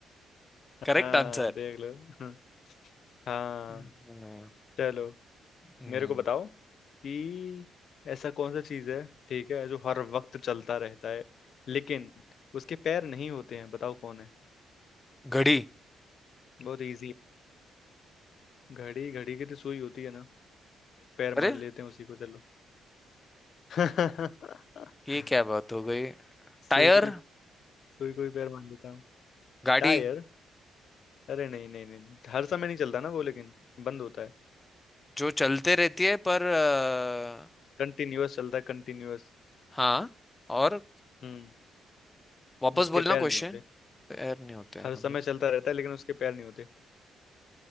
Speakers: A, on the left; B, on the left.
A: हाँ
B: Correct answer
A: देख लो हाँ हाँ,
B: हम्म,
A: चलो
B: हम्म,
A: मेरे को बताओ कि ऐसा कौन सा चीज है ठीक है जो हर वक्त चलता रहता है लेकिन उसके पैर नहीं होते हैं बताओ कौन है
B: घड़ी
A: बहुत इजी घड़ी घड़ी की तो सुई होती है ना पैर
B: अरे
A: मान लेते हैं उसी को चलो <laughs>
B: ये क्या बात हो गई
A: सुई
B: टायर
A: को ही सुई को ही पैर मान लेता हूँ
B: गाड़ी
A: टायर अरे नहीं नहीं नहीं हर समय नहीं चलता ना वो लेकिन बंद होता है
B: जो चलते रहती है पर अ,
A: कंटिन्यूअस चलता है कंटिन्यूअस
B: हाँ और
A: हम्म
B: वापस
A: उसके
B: बोलना
A: पैर
B: क्वेश्चन
A: नहीं होते
B: पैर नहीं होते
A: हर
B: हमें
A: समय चलता रहता है लेकिन उसके पैर नहीं होते